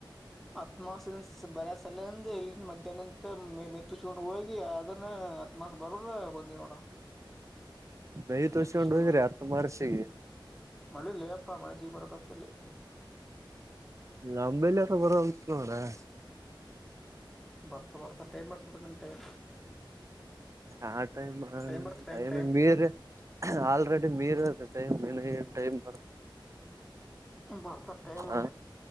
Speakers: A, in the centre; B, on the right.
A: ಹತ್ತ ಮಾರ್ಕ್ಸ್ ಇಂದ ಬರ ಸಲಂದ ಇಲ್ಲಿಂದ ಮಧ್ಯಾಹ್ನ ಇಂದ ಮೇ ಮೇ <inaudible> ತುಚ್ಕೊಂಡು ಹೋಗಿ ಅದನ್ನ ಹತ್ತ ಮಾರ್ಕ್ಸ್ ಬರದ ಬಂದಿವ ನೋಡ. <inaudible>
B: ನಯ ತೋಸಕೊಂಡು
A: ಮೆತ್ತುಸ್ಕೊಂಡ್
B: ಹೋದರಾಯ್
A: ಹೋಗಿ
B: ಹತ್ತ ತಮಾರ್ಕ್ಸ್ ಗೆ <inaudible>
A: ಮಳಿ ಲ್ಲೇ ಪಾ ಮಳೆ ಜೀಗ್ ಬರಕ ಅತ್ತ ಅಲ್ಲಿ. <inaudible>
B: ನಂಬಲ್ಲಿರ ಬರವಾಲದ ನೋಡ. <inaudible>
A: ಬರ್ತಾ ಬರ್ತಾ ಟೈಮ್ ಬರ್ತ ಟೈಮ್ <inaudible>
B: ಆ ಟೈಮ್
A: ಬರ್ತ ಟೈಮ್
B: ಟೈಮೀಗ
A: ಟೈಮ್
B: ಮೀರಿ ಆಲ್ರೆಡಿ ಮೀರಲಾತ್ತದ ಟೈಮ್ ಇನ್ ಏನ್ <inaudible> ಟೈಮ್ ಬಾ
A: ಬರ್ತ ಟೈಮ್
B: ಹಾ